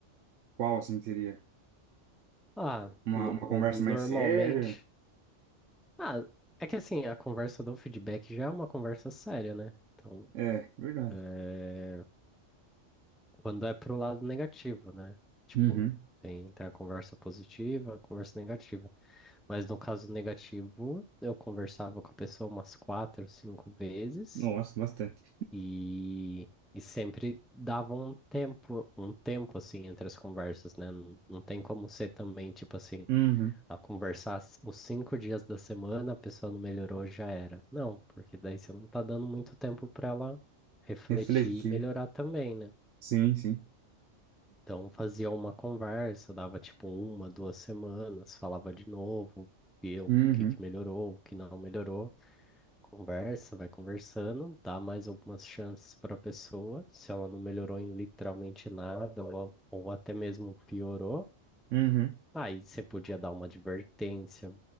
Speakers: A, on the right; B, in the centre.
A: Qual assim que seria?
B: Ah,
A: Uma,
B: no-
A: uma conversa
B: normalmente.
A: mais séria?
B: Ah, é que assim, a conversa do feedback já é uma conversa séria, né? Então,
A: É, verdade.
B: é, quando é pro lado negativo, né? Tipo,
A: Uhum.
B: tem, tem a conversa positiva, a conversa negativa. Mas no caso negativo, eu conversava com a pessoa umas quatro, cinco vezes
A: Nossa, bastante.
B: e, e sempre dava um tempo, um tempo assim entre as conversas, né? Não, não tem como ser também, tipo assim,
A: Uhum.
B: a conversar s- os cinco dias da semana, a pessoa não melhorou, já era. Não, porque daí você não tá dando muito tempo para ela refletir
A: Refletir.
B: e melhorar também, né?
A: Sim, sim.
B: Então fazia uma conversa, dava tipo uma, duas semanas, falava de novo, via o
A: Uhum.
B: que que melhorou, o que não melhorou. Conversa, vai conversando, dá mais algumas chances para a pessoa. Se ela não melhorou em literalmente nada, ou, ou até mesmo piorou,
A: Uhum.
B: aí você podia dar uma advertência,